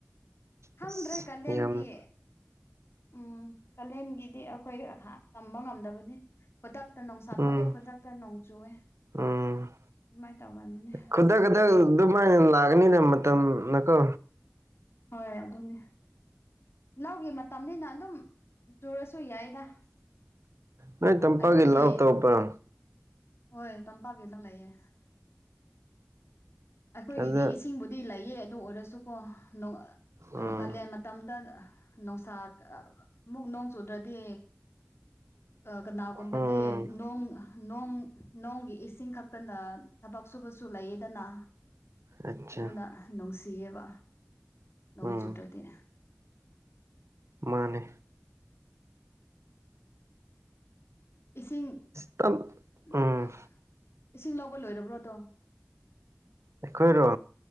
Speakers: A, on the left (about 50°); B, on the right (about 60°).
A: ꯈꯪꯗ꯭ꯔꯦ
B: ꯑꯁ
A: ꯀꯥꯂꯦꯟꯒꯤ
B: ꯌꯥꯝ
A: ꯎꯝ ꯀꯥꯂꯦꯟꯒꯤꯗꯤ ꯑꯩꯈꯣꯏ ꯇꯝꯕ ꯉꯝꯗꯕꯅꯤ ꯈꯨꯗꯛꯇ ꯅꯣꯡꯁꯥꯊꯣꯛꯑꯦ
B: ꯎꯝ
A: ꯈꯨꯗꯛꯇ ꯅꯣꯡ ꯆꯨꯋꯦ
B: ꯎꯝ
A: ꯑꯗꯨꯃꯥꯏ ꯇꯧꯒꯟꯕꯅꯦ
B: ꯈꯨꯗꯛ ꯈꯨꯗꯛ ꯑꯗꯨꯃꯥꯏꯅ ꯂꯥꯛꯀꯅꯤꯗ ꯃꯇꯝꯅꯀꯣ
A: ꯍꯣꯏ ꯑꯗꯨꯅꯦ ꯂꯧꯒꯤ ꯃꯇꯝꯅꯤꯅ ꯑꯗꯨꯝ ꯆꯨꯔꯁꯨ ꯌꯥꯏꯗ
B: ꯅꯣꯏ ꯇꯝꯄꯥꯛꯀꯤ
A: ꯑꯩꯈꯣꯏꯒꯤ
B: ꯂꯧ ꯇꯧꯕ꯭ꯔꯣ
A: ꯍꯣꯏ ꯇꯝꯄꯥꯛꯀꯤꯗ ꯂꯩꯌꯦ ꯑꯩꯈꯣꯏꯒꯤꯗꯤ
B: ꯑꯗ
A: ꯏꯁꯤꯡꯕꯨꯗꯤ ꯂꯩꯌꯦ ꯑꯗꯨ ꯑꯣꯏꯔꯁꯨꯀꯣ ꯅꯣꯡ
B: ꯎꯝ
A: ꯀꯥꯂꯦꯟ ꯃꯇꯝꯇ ꯅꯣꯡꯁꯥ ꯑꯃꯨꯛ ꯅꯣꯡ ꯆꯨꯗ꯭ꯔꯗꯤ ꯑꯥ ꯀꯅꯥꯒꯨꯝꯕꯗꯤ
B: ꯎꯝ
A: ꯅꯣꯡ ꯅꯣꯡ ꯅꯣꯡꯒꯤ ꯏꯁꯤꯡ ꯈꯛꯇꯅ ꯊꯕꯛ ꯁꯨꯕꯁꯨ ꯂꯩꯌꯦꯗꯅ
B: ꯑꯠꯆꯥ
A: ꯑꯗꯨꯅ ꯅꯨꯡꯁꯤꯌꯦꯕ ꯅꯣꯡ
B: ꯎꯝ
A: ꯆꯨꯗ꯭ꯔꯗꯤ
B: ꯃꯥꯅꯦ
A: ꯏꯁꯤꯡ
B: ꯇꯝ ꯎꯝ
A: <inaudible> ꯏꯁꯤꯡ ꯂꯧꯕ ꯂꯣꯏꯔꯕ꯭ꯔꯣ ꯑꯗꯣ
B: ꯑꯩꯈꯣꯏꯔꯣ